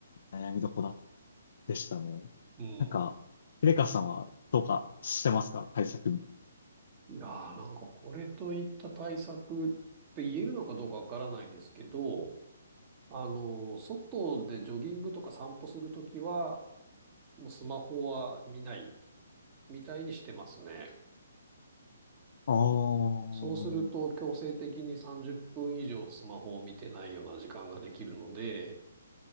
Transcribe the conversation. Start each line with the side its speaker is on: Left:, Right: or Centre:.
Left: 悩みどこだでしたね。
Right: うん。
Left: なんか、レカさんはどうかしてますか対策み
Right: いやー、なんかこれといった対策って言えるのかどうかわからないですけど、あの、外でジョギングとか散歩するときは、もうスマホは見ない。みたいにしてますね。
Left: あー
Right: そうすると強制的に30分以上スマホを見てないような時間ができるので、